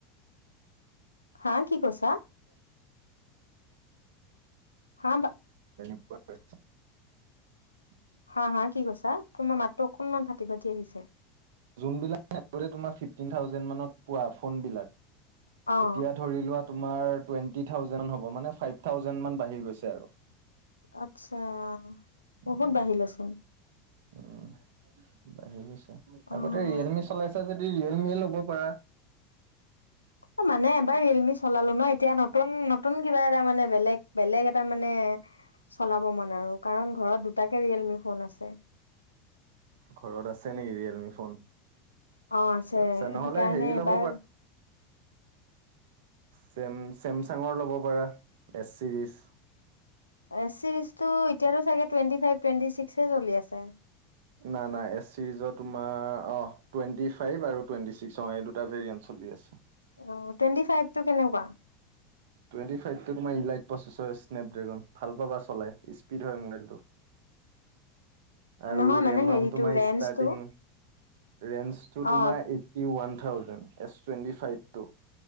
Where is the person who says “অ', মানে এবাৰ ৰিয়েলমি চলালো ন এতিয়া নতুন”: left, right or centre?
Left